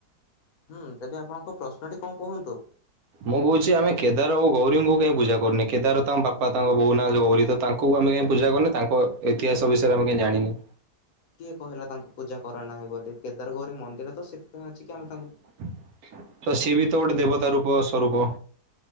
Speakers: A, on the left; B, on the right.
A: ହୁଁ ତେବେ ଆପଣଙ୍କ ପ୍ରଶ୍ନଟି କଣ କୁହନ୍ତୁ।
B: ମୁଁ କହୁଛି ଆମେ କେଦାର ଓ ଗୌରୀଙ୍କୁ କାଇଁ ପୂଜା କରୁନେ କେଦାର ତାଙ୍କ ବାପା ତାଙ୍କ ବୋଉ ନା ଗୌରୀ ତ ତାଙ୍କୁ ଆମେ କାଇଁ ପୂଜା କରୁନେ ତାଙ୍କ ଇତିହାସ ବିଷରେ ଆମେ କାଇଁ ଜାଣିନେ?
A: କିଏ କହିଲା ତାଙ୍କୁ ପୂଜା କର ନାହିଁ ବୋଲି କେଦାରଗୌରୀ ମନ୍ଦିର ତ ସେଥିପାଇଁ ଅଛି କି ଆମ
B: ତ ସିଏ ବି ତ ଗୋଟେ ଦେବତା ରୂପ ସ୍ଵରୂପ।